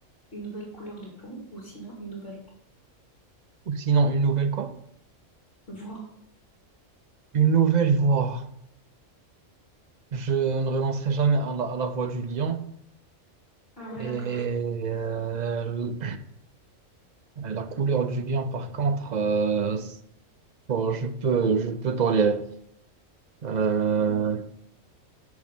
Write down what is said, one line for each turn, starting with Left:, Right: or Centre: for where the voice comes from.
Left: une nouvelle couleur de peau ou sinon une nouvelle
Right: Ou sinon une nouvelle quoi?
Left: voix?
Right: Une nouvelle voie. Je ne renoncerai jamais à la, à la voie du lion.
Left: Ah ouais,
Right: Et
Left: d'accord.
Right: euh, l- la couleur du lion, par contre, euh, c'est- bon, je peux, je peux tolérer. Euh,
Left: Ok.